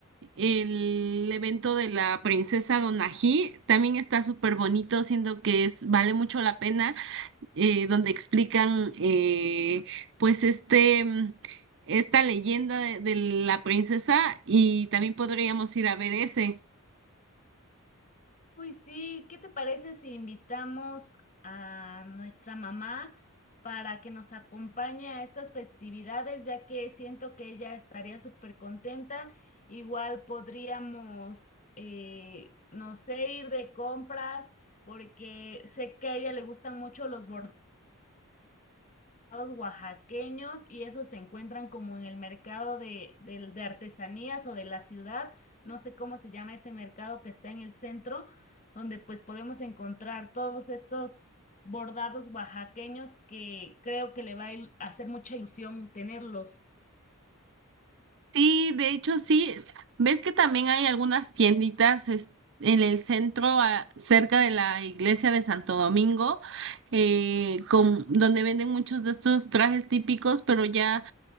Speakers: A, on the right (about 60°); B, on the left (about 35°).
A: el evento de la princesa Donají, también está súper bonito, siento que es, vale mucho la pena, eh, donde explican eh, pues este mm, esta leyenda de de la princesa, y también podríamos ir a ver ese.
B: Uy, sí, ¿qué te parece si invitamos a nuestra mamá para que nos acompañe a estas festividades, ya que siento que ella estaría súper contenta? Igual podríamos, eh, no sé, ir de compras, porque sé que a ella le gustan mucho los bordados oaxaqueños y esos se encuentran como en el mercado de, del- de artesanías o de la ciudad, no sé cómo se llama ese mercado que está en el centro, donde pues podemos encontrar todos estos bordados oaxaqueños que creo que le va a il- hacer mucha ilusión tenerlos.
A: Sí, de hecho sí. ¿Ves que también hay algunas tienditas es- en el centro, a- cerca de la iglesia de Santo Domingo, eh, con, donde venden muchos de estos trajes típicos, pero ya